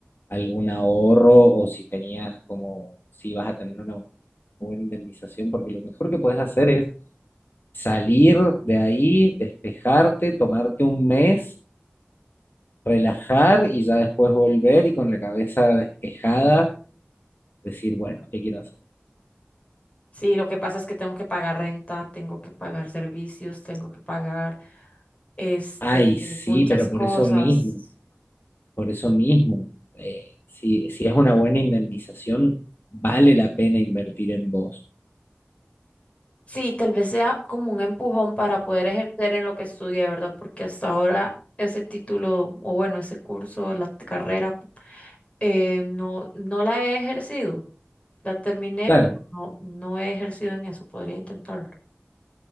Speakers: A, on the left; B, on the left.
A: algún ahorro o si tenías como, si vas a tener una buena indemnización, porque lo mejor que puedes hacer es salir de ahí, despejarte, tomarte un mes, relajar y ya después volver y con la cabeza despejada decir, bueno, ¿qué quiero hacer?
B: Sí, lo que pasa es que tengo que pagar renta, tengo que pagar servicios, tengo que pagar este,
A: Ay, sí,
B: muchas
A: pero
B: cosas.
A: por eso mismo, por eso mismo, eh, si, si es una buena indemnización, vale la pena invertir en vos.
B: Sí, tal vez sea como un empujón para poder ejercer en lo que estudié, ¿verdad? Porque hasta ahora ese título, o bueno, ese curso, la carrera Eh, no, no la he ejercido. La terminé,
A: Claro,
B: pero no, no he ejercido en eso. Podría intentarlo.